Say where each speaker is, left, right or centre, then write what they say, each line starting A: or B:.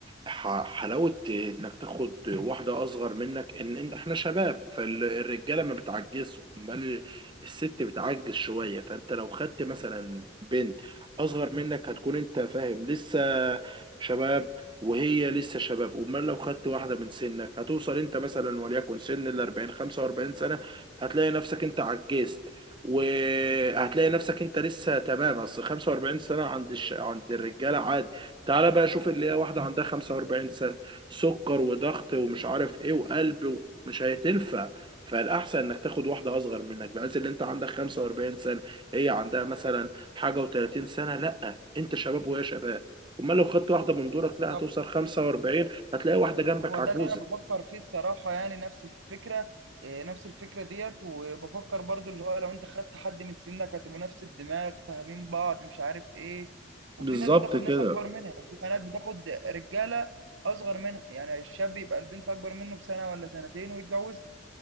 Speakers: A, on the right; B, on the right.
A: ح- حلاوة إنك تاخد واحدة أصغر منك إن إن إحنا شباب فالرجالة ما بتعجزش أمال الست بتعجز شوية فأنت لو خدت مثلا بنت أصغر منك هتكون أنت فاهم لسه شباب وهي لسه شباب أمال لو خدت واحدة من سنك هتوصل أنت مثلا وليكن سن الأربعين خمسة وأربعين سنة هتلاقي نفسك أنت عجزت وهتلاقي نفسك انت لسه تمام اصل 45 سنه عند الش... عند الرجاله عادي تعالى بقى شوف اللي هي واحده عندها 45 سنه سكر وضغط ومش عارف ايه وقلب و... مش هتنفع فالاحسن انك تاخد واحده اصغر منك بحيث ان انت عندك 45 سنه هي عندها مثلا حاجه و30 سنه لا انت شباب وهي شباب امال لو خدت واحده من دورك
B: بالظبط
A: لا هتوصل 45 هتلاقي واحده جنبك
B: هو
A: عجوزه
B: ده اللي انا بفكر فيه الصراحه يعني نفس الفكره إيه، نفس الفكره ديت وبفكر برضو اللي هو لو انت خدت حد من سنك هتبقوا نفس الدماغ فاهمين بعض مش عارف ايه وفي
A: بالظبط
B: ناس بتاخد
A: كده
B: ناس اكبر منها يعني في بنات بتاخد رجاله اصغر منها يعني الشاب يبقى البنت اكبر منه بسنه ولا سنتين ويتجوز